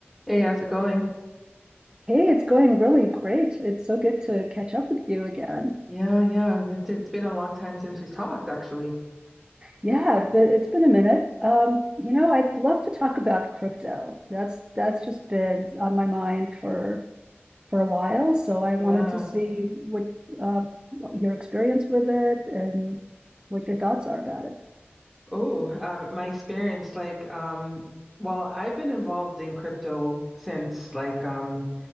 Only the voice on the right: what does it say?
Hey, it's going really great. It's so good to catch up with you again.
Yeah, but it's been a minute. Um, you know, I'd love to talk about crypto. That's that's just been on my mind for for a while. So I
wanted to see what uh, your experience with it and what your thoughts are about